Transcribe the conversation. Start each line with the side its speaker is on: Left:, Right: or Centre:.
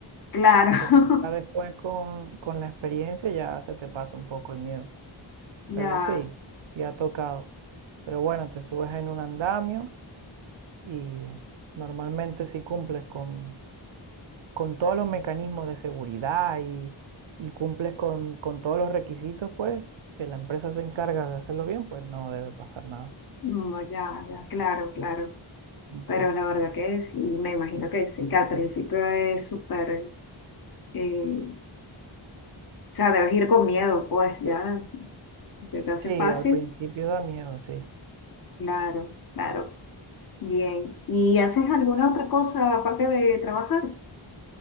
Left: claro,
Right: pero ya después
Left: <laughs>
Right: con, con la experiencia ya se te pasa un poco el miedo.
Left: ya,
Right: Pero sí, sí ha tocado. Pero bueno, te subes en un andamio y normalmente si cumples con, con todos los mecanismos de seguridad y, y cumples con, con todos los requisitos, pues que la empresa se encarga de hacerlo bien, pues no debe pasar nada.
Left: no, ya, ya, claro, claro.
Right: Ujú.
Left: Pero la verdad que sí, me imagino que sí, que al principio es súper, eh, o sea, debes ir con miedo, pues ya se te hace
Right: Sí,
Left: fácil.
Right: al principio da miedo, sí.
Left: Claro, claro. Bien. ¿Y haces alguna otra cosa aparte de trabajar?